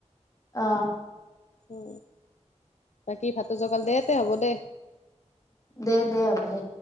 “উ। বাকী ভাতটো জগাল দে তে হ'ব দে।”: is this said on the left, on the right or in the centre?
Left